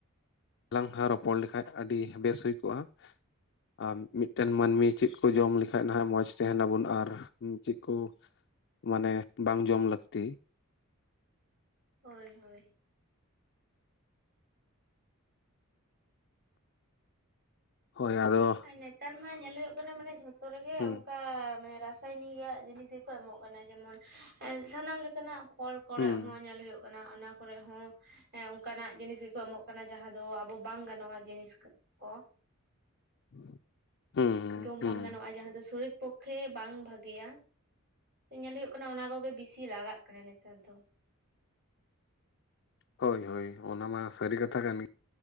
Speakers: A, on the left (about 55°); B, on the right (about 50°).
A: ᱞᱟᱝ ᱦᱟ <unintelligible> ᱨᱚᱯᱚᱲ ᱞᱮᱠᱷᱟ ᱟᱹᱰᱤ ᱵᱮᱥ ᱦᱩᱭ ᱠᱚᱜᱼᱟ ᱟᱨ ᱢᱤᱫᱴᱮᱱ ᱢᱟᱹᱱᱢᱤ ᱪᱮᱫ ᱠᱚ ᱡᱚᱢ ᱞᱮᱠᱟᱱᱡ ᱱᱟᱦᱟᱜ ᱢᱚᱡᱽ ᱛᱟᱦᱮᱱᱟᱵᱚᱱ ᱟᱨ ᱪᱮᱫ ᱠᱚ ᱢᱟᱱᱮ ᱵᱟᱝ ᱡᱚᱢ ᱞᱟᱹᱠᱛᱤ
B: ᱦᱳᱭ ᱦᱳᱭ
A: ᱦᱚᱭ ᱟᱫᱚ-ᱼ
B: ᱟᱨ ᱱᱮᱛᱟᱨ ᱢᱟ ᱧᱮᱞ ᱦᱩᱭᱩᱜ ᱠᱟᱱᱟ ᱢᱟᱱᱮ ᱡᱷᱚᱛᱚ ᱨᱮᱜᱮ
A: ᱦᱩᱸ
B: ᱚᱱᱠᱟ ᱢᱟᱱᱮ ᱨᱟᱥᱟᱭᱱᱤᱠᱟᱜ ᱡᱤᱱᱤᱥ ᱜᱮᱠᱚ ᱮᱢᱚᱜ ᱠᱟᱱᱟ᱾ ᱡᱮᱢᱚᱱ ᱥᱟᱱᱟᱢ ᱞᱮᱠᱟᱱᱟᱜ ᱠᱚᱞ ᱠᱚᱨᱮ
A: ᱦᱩᱸ
B: ᱦᱚᱸ ᱧᱮᱞ ᱦᱩᱭᱩᱜ ᱠᱟᱱᱟ ᱚᱱᱟ᱾ ᱠᱚᱨᱮ ᱦᱚᱸ ᱚᱱᱠᱟᱱᱟᱜ ᱡᱤᱱᱤᱥ ᱜᱮᱠᱚ ᱮᱢᱚᱜ ᱠᱟᱱᱟ᱾ ᱡᱟᱦᱟᱸ ᱫᱚ ᱟᱵᱚ ᱵᱟᱝ ᱜᱟᱱᱚᱜᱼᱟ ᱡᱤᱱᱤᱥ ᱠᱚ᱾
A: ᱦᱩᱸ᱾ ᱦᱩᱸ
B: ᱡᱚᱢ
A: ᱦᱩᱸ
B: ᱵᱟᱝ ᱜᱟᱱᱚᱜᱼᱟ᱾ ᱡᱟᱦᱟᱸ ᱫᱚ ᱥᱚᱨᱤᱛ ᱯᱚᱠᱷᱮ ᱵᱟᱝ ᱵᱷᱟ. ᱜᱤᱭᱟ ᱧᱮᱞ ᱦᱩᱭᱩᱜ ᱠᱟᱱᱟ ᱚᱱᱟ ᱠᱚᱜᱮ ᱵᱤᱥᱤ ᱞᱟᱜᱟᱜ ᱠᱟᱱᱟ ᱱᱮᱛᱟᱨ ᱫᱚ᱾
A: ᱦᱚᱭ ᱦᱚᱭ ᱚᱱᱟ ᱢᱟ ᱥᱟᱹᱨᱤ ᱠᱟᱛᱷᱟ ᱠᱟᱱ ᱜᱮ